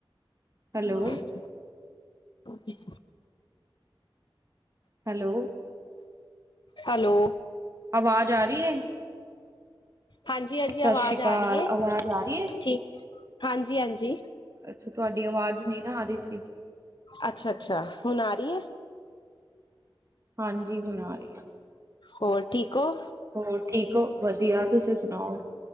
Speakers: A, on the right; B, on the left.
A: hello
B: <inaudible>
A: hello
B: hello
A: ਆਵਾਜ਼ ਆ ਰਹੀ ਹੈ।
B: ਹਾਂਜੀ- ਹਾਂਜੀ
A: ਸਤਿ
B: ਅਵਾਜ਼
A: ਸ੍ਰੀ ਅਕਾਲ
B: ਆ ਰਹੀ ਹੈ
A: ਆਵਾਜ਼ ਆ ਰਹੀ ਹੈ
B: ਠੀਕ ਹਾਂਜੀ-ਹਾਂਜੀ।
A: ਅੱਛਾ ਤੁਹਾਡੀ ਆਵਾਜ਼ ਨਹੀਂ ਨਾ ਆ ਰਹੀ ਸੀ।
B: ਅੱਛਾ-ਅੱਛਾ ਹੁਣ ਆ ਰਹੀ ਹੈ।
A: ਹਾਂਜੀ ਹੁਣ ਆ ਰਹੀ ਹੈ
B: ਹੋਰ ਠੀਕ ਹੋ
A: ਹੋਰ ਠੀਕ ਹੋ ਵਧੀਆ ਤੁਸੀਂ ਸੁਣਾਓ